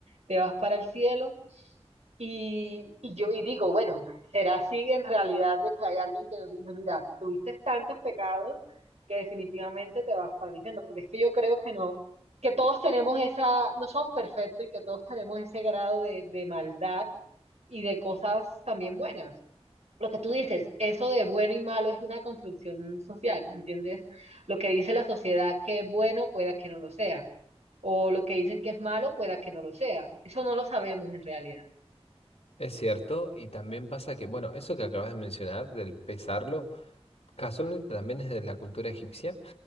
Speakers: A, on the right; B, on the left.
A: te vas para el cielo. Y, y yo y digo, bueno, ¿será así en realidad de que hay alguien que nos dice, mira, tuviste tantos pecados que definitivamente te vas para el infierno? Porque es que yo creo que no, que todos tenemos esa, no somos perfectos y que todos tenemos ese grado de, de maldad y de cosas también buenas. Lo que tú dices, eso de bueno y malo es una construcción social, ¿me ¿entiendes? Lo que dice la sociedad que es bueno pueda que no lo sea, o lo que dicen que es malo pueda que no lo sea. Eso no lo sabemos en realidad.
B: es cierto. Y también pasa que, bueno, eso que acabas de mencionar, del pesarlo, casualmente también es de la cultura egipcia.